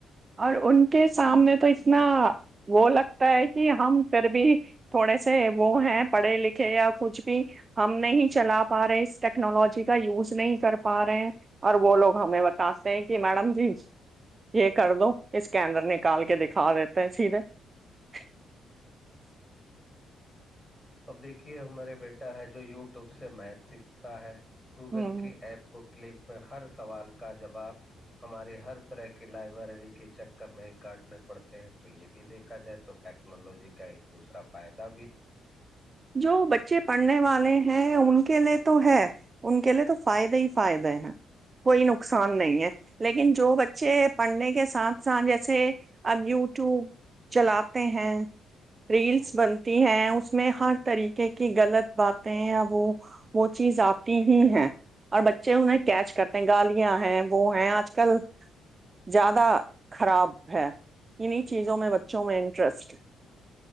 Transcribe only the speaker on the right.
اور ان کے سامنے تو اتنا وہ لگتا ہے کہ ہم پھر بھی تھوڑے سے وہ ہیں پڑھے لکھے یا کچھ بھی ہم نہیں چلا پا رہے اس ٹیکنالوجی کا یوز نہیں کر پا <unintelligible> رہے ہیں اور وہ لوگ ہمیں بتاتے ہیں کہ میڈم <unintelligible> ج ایک <inaudible> کر دو اس کیڈر نکال کے دکھا دیتے ہیں سیدھے <unintelligible>
ہ
جو بچے پڑھنے والے ہیں ان کے لیے تو ہے ان کے لیے تو فائدے ہی فائدے ہیں <unintelligible> کوئی نقصان نہیں ہے <unintelligible> لیکن جو بچے پڑھنے کے ساتھ ساتھ جیسے اب یوٹیوب چلاتے ہیں <unintelligible> ریلس
بنتی ہیں اس <unintelligible> میں ہار <inaudible> طریقے کی غلط باتیں وہ وہ چیز آتی ہی ہیں اور بچے انہیں کیچ کرتے ہیں گالیاں ہیں وہ ہیں آج کل زیادہ خراب ہے انیں چیزوں میں بچوں میں انٹرسٹ